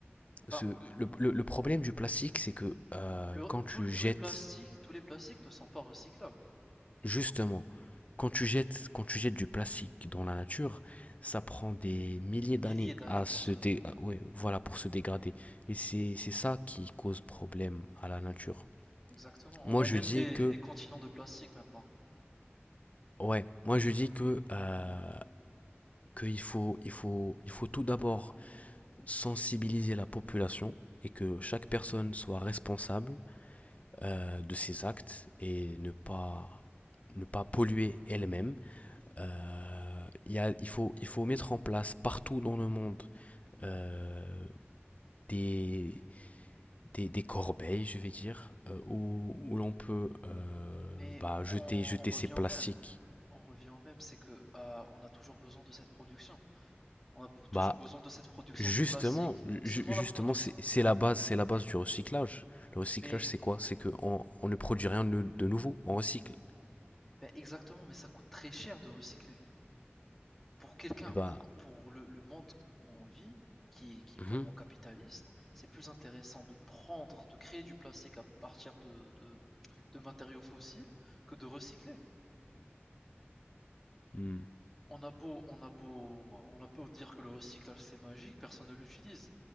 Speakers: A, on the left; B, in the centre.
A: ce,
B: ben,
A: le, le- le problème du plastique, c'est que euh,
B: le,
A: quand tu
B: tout- tous
A: jettes,
B: les plastiques, tous les plastiques ne sont pas recyclables.
A: justement, quand tu jettes, quand tu jettes du plastique dans la nature, ça prend des milliers
B: Des milliers
A: d'années
B: d'années
A: à
B: pour
A: se
B: se,
A: dé- à- ouais, voilà, pour se dégrader. Et c'est, c'est ça qui cause problème à la nature.
B: Exactement.
A: Moi,
B: On a
A: je
B: même
A: dis
B: des,
A: que,
B: des continents de plastique maintenant.
A: ouais, moi, je dis que, euh, qu'il faut, il faut, il faut tout d'abord sensibiliser la population et que chaque personne soit responsable euh, de ses actes et ne pas, ne pas polluer elle-même. Euh, il y a- il, faut, il faut mettre en place partout dans le monde euh, des, des, des corbeilles, je vais dire, euh, où, où l'on peut euh,
B: Mais
A: bah, jeter,
B: on,
A: jeter
B: on revient
A: ses plastiques.
B: au même. On revient au même, c'est que euh, on a toujours besoin de cette production. On a p- toujours
A: Bah,
B: besoin de cette production
A: Justement,
B: de plastique. Seulement
A: ju- justement,
B: la production.
A: c'est c'est la base, c'est la base du recyclage. Le recyclage,
B: Mais
A: c'est quoi? C'est que on, on ne produit rien de, de nouveau, on recycle.
B: ben exactement, mais ça coûte très cher de recycler. Pour quelqu'un,
A: Et bah,
B: pour, pour le, le monde où on vit, qui, est- qui est
A: mhm,
B: purement capitaliste, c'est plus intéressant de prendre, de créer du plastique à partir de, de, de matériaux fossiles que de recycler.
A: mhm.
B: On a beau, on a beau, on a beau dire que le recyclage c'est magique, personne ne l'utilise.